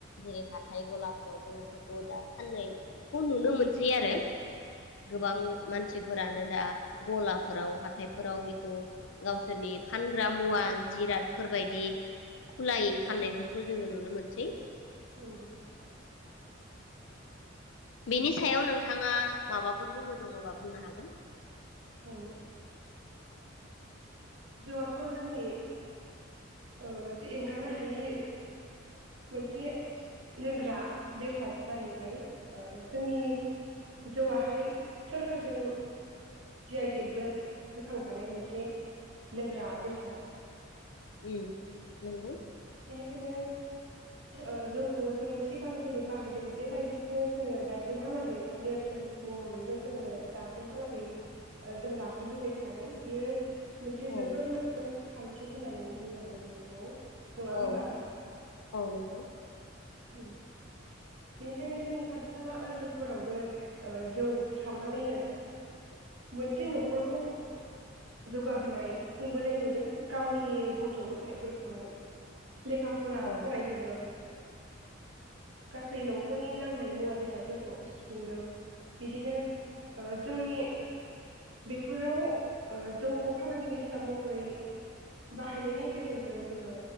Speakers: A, on the left; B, on the right.
A: जेरै हाथाय गलाफोरावबो बेफोरखौ दा फाननायखौ नुनो मोनसै आरो गोबां
B: नंगौ
A: मानसिफोरानो दा गलाफोराव हाथायफोराव बेखौ गावसोरनि फानग्रा मुवा जिरादफोरबायदि खुलायै फाननायफोरखौ जोङो नुनो मोनसै।
B: नोंगौ।
A: बेनि सायाव नोंथाङा माबाफोर बुंनो दङबा बुंनो हागोन।
B: औ जौआथ' जोंनि ओ मोनसे एंगारनो हायि मोनसे लोंग्रा बेसाद जाहैबाय। जोंनि जौआहाय सोरखारजों जि आइ टेक बो होखांजानाय मोनसे लोंग्रा बेसाद
A: उम नंगौ
B: बेनिखायनो ओ जौखौ जों सिगां जेरै बाहायदों बेबायदिनो जोङो दासिमहालागै नेरसोन महरैनो जोङो दासिमहालागै जों लाखिबोबाय थादों बियो मोनसे जोबोर
A: औ
B: <unintelligible> खान्थि होननानै बुंनांगोन बेखौ। नङा
A: औ
B: होमबा
A: औ नोंगौ
B: उम। बेनिखायनो जोंनि खाथि खाला ओनसोलफोरावबो जौ सावनानैनो मोनसे न'खरखौ जौगाहोनाय खुंबोनाय नुदों गावनि गथ' गथायफोरखौ। लेखा फरा
A: औ
B: फरायहोदों। गासै न'खरनि नांनाय मुवा बेसादफोरखौ सुफुंदों बिदिनो जोंनि बेफोराव जौखौ फालांगिरि हिसाब महरै बाहायनायनि गेजेरजों जोङो।